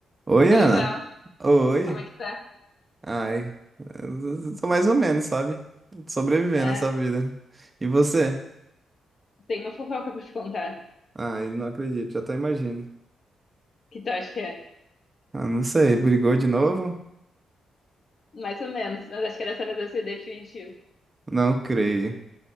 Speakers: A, on the right; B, on the left.
A: Oi,
B: Oi,
A: Ana.
B: Léo,
A: Oi.
B: como é que tá?
A: Ai, eu tô mais ou menos, sabe? Sobrevivendo
B: É,
A: essa vida. E você?
B: tem uma fofoca pra te contar.
A: Ai, não acredito, já até imagino.
B: Que tu acha que é?
A: Ah, não sei, brigou de novo?
B: Mais ou menos, mas acho que dessa vez vai ser definitivo.
A: Não creio.